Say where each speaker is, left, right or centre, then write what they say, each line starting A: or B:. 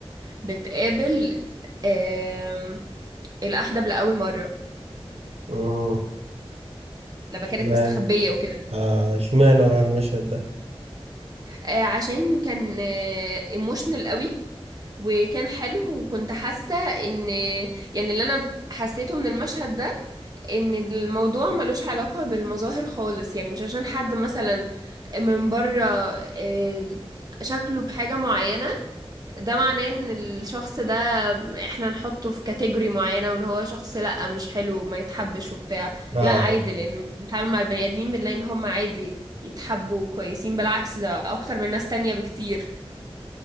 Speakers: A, on the right; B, on the right.
A: بتقابل آم، الأحدب لأول مرة
B: امم
A: لما
B: اشمعنى
A: كانت مستخبية وكده
B: آه اشمعنى بقى المشهد ده؟
A: آه، عشان كان ايموشنال قوي وكان حلو وكنت حاسة ان يعني اللي انا حسيته من المشهد ده ان الموضوع ملوش علاقة بالمظاهر خالص يعني مش عشان حد مثلا من بره آه، شكله بحاجة معينة ده معناه ان الشخص ده احنا نحطه في كاتيجوري معينة وان هو شخص لا مش حلو ما يتحبش وبتاع
B: اه
A: لا عادي لان بنتعامل مع البني ادمين بنلاقي ان هم عادي يتحبوا كويسين بالعكس ده اكتر من ناس تانية بكتير